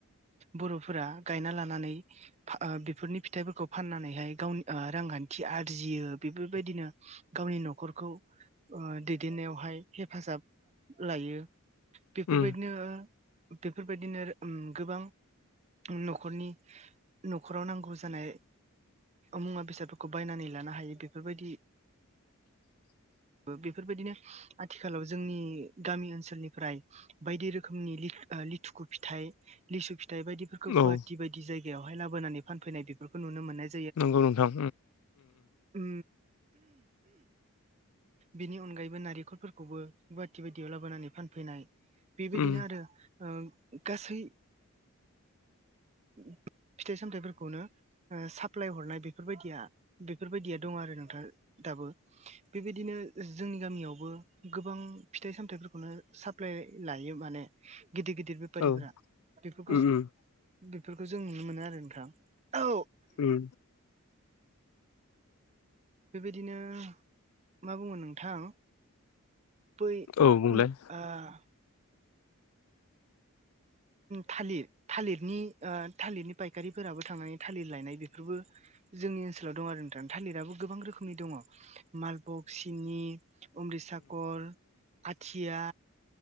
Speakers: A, on the right; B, on the left.
A: बर'फोरा गायना लानानै। बेफोरनि फिथाइफोरखौ फाननानैहाय गावनि रांान्थि। खि आरजियो बेफोरबायदिनो गावनि न'खरखौ। दैदेननायावहाय हेफाजाब लायो। बेफोरबायदिनो
B: उम
A: बेफोरबायदिनो गोबां। न'खरनि न'खराव नांगौ जानाय मुवा बेसाद। खौ बायनानै लानो हायो बेफोरबायदि।
B: <inaudible>
A: बेफोरबायदिनो आथिखालाव जोंनि गामि ओनसोलनिफ्राय। बायदि रोखोमनि लिथुखु फिथाइ लिसु फिथाइ बायदि। बेफोरखौ गुवाहाटि
B: औ
A: बायदि जायगायावहाय लाबोनानै फानफैनाय बेफोरखौ नुनो मोननाय।
B: नंगौ नोंथां।
A: उ। बेनि अनगायैबो नारेंखलफोरखौबो गुवाहाटि बायदियाव लाबोनानै फानफैनाय। बेबायदिनो
B: उम
A: आरो गासै। फिथाइ सामथायाइफोरखौनो साप्लाय हरनाय बेफोरबायदिया। बेफोरबायदिया दं आरो नोंथाङा दाबो। बेबायदिनो जोंनि गामियावबो गोबां फिथाइ सामथाइफोरखौनो साप्लाय लायो माने। गिदिर गिदिर बेफारिफोरा
B: औ
A: बेफोरखौ।
B: उम उम
A: बेफोरखौ जों नुनो मोनो आरो नोंथां औ।
B: उम
A: बेबायदिनो मा बुङो नोंथां <inaudible>
B: औ बुंलाय
A: थालिर थालिरनि थालिरनि फायखारिफोराबो थांनानै थालिर लायनाय बेफोरबो जोंनि ओनसोलाव दं आरो नोंथांा थालिराबो गोबां रोखोमनि दङ मालबक सिनि अमृतसाखर आथिया